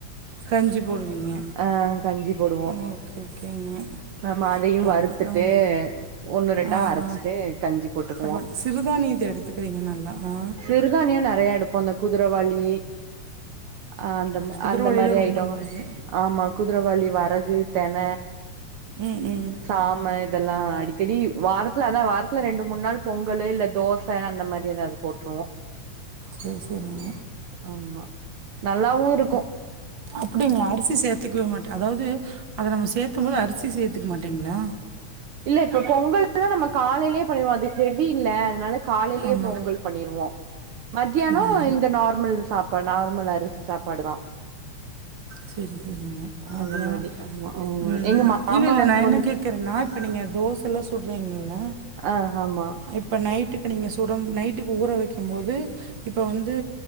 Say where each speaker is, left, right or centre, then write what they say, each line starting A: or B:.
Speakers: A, on the right (about 45°); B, on the right (about 65°).
A: கஞ்சி போடுவீங்க
B: ஆ கஞ்சி போடுவோ
A: ஓகே ஓகேங்க
B: ஆமா அதையு
A: கருப்புகவுனி
B: வறுத்துட்டு ஒண்ணு ரெண்டா
A: ஆ
B: அரச்சிட்டு
A: ஆ
B: கஞ்சி போட்டுக்குவோ
A: பரவால் சிறுதானியத்த எடுத் துகிறீங்க நல்லா ஆ
B: சிறுதானியோ நெறயா எடுப்போ அந்த குதிரைவாளி ஆ அந்தம்
A: குதிரவாளியில
B: அந்த மாரி
A: ரொம்ப
B: ஐட்டோ
A: நல்லது
B: ஆமா குதிரவாளி வரகு தெண
A: ம் ம்
B: சாம இதெல்லா அடிக்கடி வாரத்துல அதா வாரத்துல ரெண்டு மூன் நாள் பொங்கலு இல்ல தோச அந்த மாரி ஏதாவது போட்ருவோ
A: சரி சரிங்க
B: ஆமா நல்லாவு இருக்கு
A: அப்டிங்களா அரிசி சேத்துக்கவே மாட்டே அதாவது அத நம்ம சேக்கும் போது அரிசி சேத்துக்க மாட்டீங்ளா
B: இல்ல இப்ப பொங்கல்னா நம்ம காலைலே பண்ணிருவோ அது ஹெவி இல்ல அதனால காலைலே
A: ஆமா
B: பொங்கல் பண்ணிருவோ மத்தியானோ
A: சரிங்க
B: இந்த நார்மல் சாப்பாடு நார்மல் அரிசி சாப்பாடுதா
A: செரி செரிங்க மத்தியானோ
B: அந்த மாரி ஆமா ஆமா
A: ம்
B: எங்க மாமாக்கு
A: இல்ல இல்ல நா என்ன
B: வந்துட்டு
A: கேக்குறேன்னா இப்ப நீங்க தோசல்லா சுட்றீங்கல்ல
B: அ ஆமா
A: இப்ப நைட்டுக்கு நீங்க சுடம் நைட்டுக்கு ஊற வைக்கும் போது இப்போ வந்து